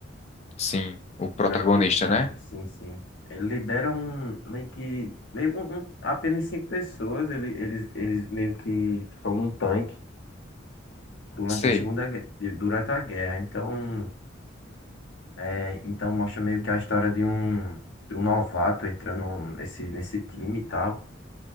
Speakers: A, on the left; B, on the left.
A: Sim, o protagonista,
B: o Brad Pitt, que faz,
A: né?
B: sim, sim. Ele lidera um, meio que, meio, um, um- apenas cinco pessoas, ele, eles, eles meio que estão num tanque durante
A: Sei.
B: a Segunda, Gue- de- durante a guerra. Então, é, então mostra meio que a história de um, de um novato entrando nesse, nesse time e tal.